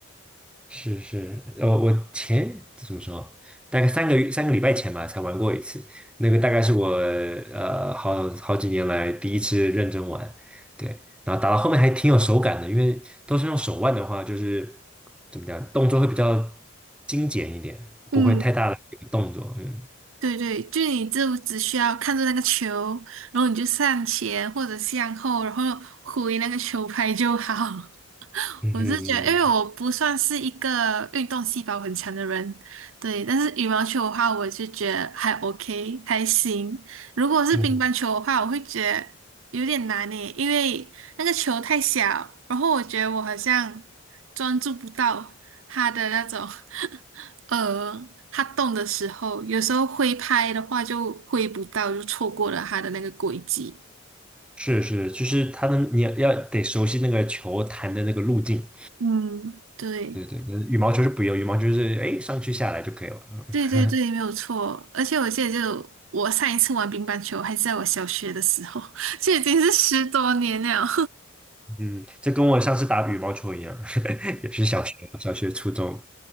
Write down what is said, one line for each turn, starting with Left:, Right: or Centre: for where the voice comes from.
Centre: 是是，呃，我前怎么说，大概三个月、三个礼拜前吧，才玩过一次。那个大概是我呃好好几年来第一次认真玩，对。然后打到后面还挺有手感的，因为都是用手腕的话，就是怎么讲，动作会比较精简一点，
Right: 嗯，
Centre: 不会太大的这个动作。嗯
Right: 对对，就你就只需要看着那个球，然后你就上前或者向后，然后挥那个球拍就好。
Centre: 嗯哼
Right: 我是觉得，因为我不算是一个运动细胞很强的人，对。但是羽毛球的话，我就觉得还 OK，还行。如果是乒乓球的话，
Centre: 嗯哼
Right: 我会觉得有点难诶，因为那个球太小，然后我觉得我好像专注不到它的那种 <laughs> 呃，它动的时候，有时候挥拍的话就挥不到，就错过了它的那个轨迹。
Centre: 是是，就是它的你要要得熟悉那个球弹的那个路径。
Right: 嗯，对。
Centre: 对对，羽毛球是不用，羽毛球是哎上去下来就可以了。
Right: 对对对，
Centre: 嗯
Right: 没有错。而且我记得就，我上一次玩乒乓球还是在我小学的时候，<laughs> 就已经是十多年了。
Centre: 嗯，这跟我上次打羽毛球一样，<laughs> 也是小学、小学、初中，